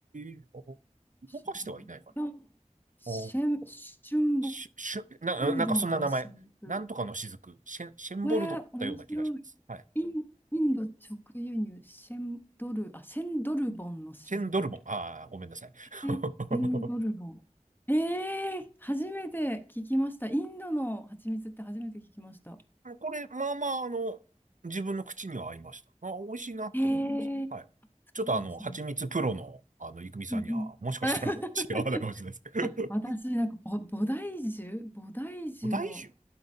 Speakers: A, on the right; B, on the left.
A: えー、あ
B: 知らない。
A: 動かしてはいないから。
B: あシェン、
A: あ
B: シュンボ
A: し、しゅ、な、
B: ルドンの新婦。
A: なんかそんな名前。なんとかの雫。シェン、シェンボルドだったような気がします。
B: えー、面白い。
A: はい。
B: イン、インド直輸入、シェンドル、あ、シェンドルボンの雫。
A: シェンドルボン。ああ、ごめんなさい。
B: えエンドルボ。
A: <laughs>
B: ええ初めて聞きました。インドの蜂蜜って初めて聞きました。
A: これ、まあまあ、あの、自分の口には合いました。あ、美味しいなって思いました。
B: へえー、
A: はい。ちょっとあの、
B: そうですね。
A: 蜂蜜プロの、あの、いくみさんには、
B: うんうん
A: もしかしたら違わないかもしれないですけど。
B: <laughs> 私、なんかぼ、菩提樹菩提樹の、
A: <laughs> お大酒